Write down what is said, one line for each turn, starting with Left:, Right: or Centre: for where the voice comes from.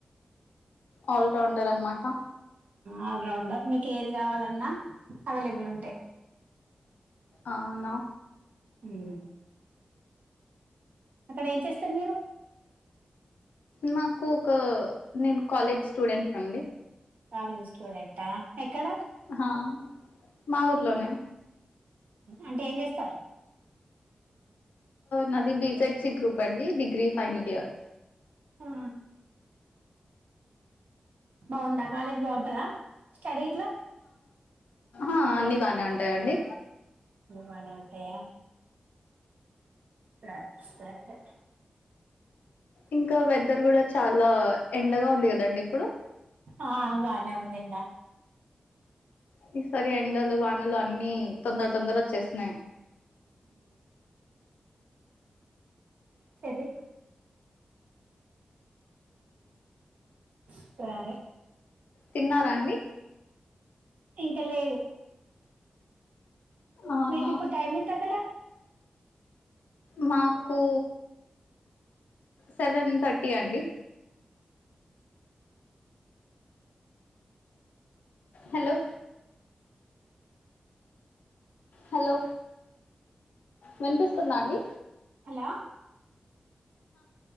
Left: ఆల్ రౌండర్ అనమాట
Right: ఆల్రౌండర్ మీకు ఏది కావాల లన్నా అవైలబుల్ ఉంటాయి
Left: అవును
Right: మ్మ్ అక్కడ ఏం చేస్తారు మీరు
Left: మాకు ఒక నేను కాలేజ్ స్టూడెంట్ని అండి
Right: కాలేజీ స్టూడెంటా ఎక్కడ
Left: హ మా ఊర్లోనే
Right: అంటే ఏం చేస్తారు
Left: నాది బీ జెడ్ సి గ్రూప్ అండి డిగ్రీ ఫైనల్ ఇయర్
Right: ఆ బాగుందా కాలేజ్ బాగుంటదా స్టడీ ఇట్లా
Left: ఆ అన్ని బానే ఉంటాయండి
Right: బానే ఉంటాయా <unintelligible>
Left: ఇంకా వెదర్ కూడా చాలా ఎండగా ఉంది కదండి ఇప్పుడు
Right: ఆ బానే ఉందండి
Left: మ్మ్ సరి ఎండలు వానలు అన్ని తొందర తొందర వచ్చేస్తున్నాయి
Right: సరే సరే
Left: తిన్నారా అండి
Right: ఇంకా లేదు
Left: అవునా
Right: మీకు ఇప్పుడు టైం ఎంత అక్కడ
Left: మా కు సెవెన్ థర్టీ అండి హలో హలో వినిపిస్తుందా అండి
Right: హలో